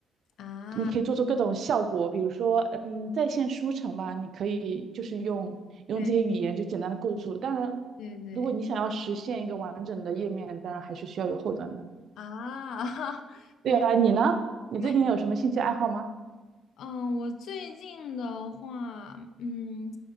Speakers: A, on the left; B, on the right.
A: 啊啊
B: 你可以做出各种效果，比如说，嗯，在线书城吧，你可以就是用用这些语言就简单的构筑。
A: 对
B: 当然，
A: 对对，
B: 如果你想要实现一个完整的页面，当然还是需要有后端的。
A: 啊，<laughs>
B: 对啊，
A: 感觉
B: 你呢？你最近有什么兴趣爱好吗？
A: 蛮嗯，我最近的话，嗯，